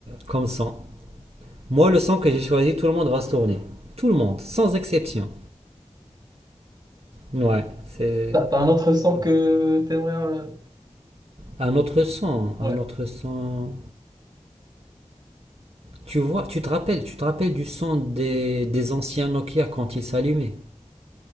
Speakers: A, on the right; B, on the right.
A: comme sang. Moi, le sang que j'ai choisi, tout le monde va se tourner. Tout le monde, sans exception. Ouais, c'est
B: T'as, t'as un autre
A: c'est plutôt
B: son que t'aimerais. euh,
A: un autre son, un
B: Ouais.
A: autre son. Tu vois, tu te rappelles, tu te rappelles du son des, des anciens Nokia quand ils s'allumaient.